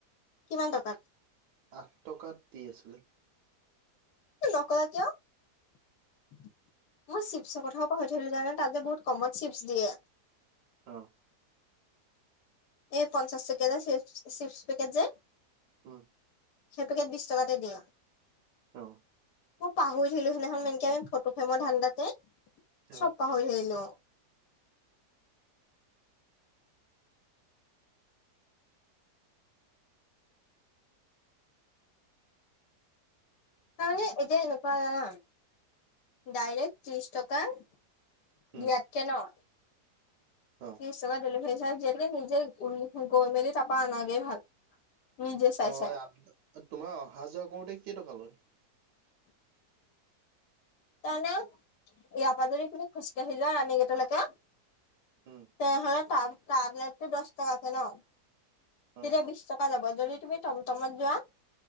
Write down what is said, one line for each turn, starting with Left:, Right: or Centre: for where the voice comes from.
Left: কিমান টকাত
Right: আঠ টকাত দি আছিলে
Left: নকলা কিয় মই চিপ্ছৰ কথাও পাহৰি থাকিলো জানা তাত যে বহুত কমত চিপ্ছ দিয়ে
Right: অ
Left: এই পঞ্চাশ টকীয়া চিপ চিপছ পেকট যে
Right: হম
Left: সেই পেকেট বিশ টকাতে দিয়ে
Right: অ
Left: মই পাহৰি থাকিলো সিদিনাখন মেনকে আমি ফটো ফেমৰ ধান্দাতে
Right: অ
Left: চব পাহৰি থাকিলো তামানে এতিয়া এনেকোৱা জানা ডাইৰেক্ট ত্ৰিশ টকা দিয়াত
Right: উম
Left: কে ন
Right: অ
Left: ত্ৰিছ টকা ডেলিভাৰী চাৰ্জ দিয়াতকে নিজে গৈ মেলি তাৰাপা অনাগে ভাল নিজে চাই
Right: অ
Left: চাই।
Right: আ তোমাৰ অহা যোৱা কৰোতে কেই টকা লয়
Left: তাৰমানে ইয়াৰ পৰা যদি তুমি খোজকাাঢ়ি যোৱা ৰাণীগেটলৈকে
Right: উম
Left: তেনেহলে টাবলেটটো দহ টকাকে ন তেতিয়া
Right: অ
Left: বিশ টকা যাব যদি তুমি টমটমত যোৱা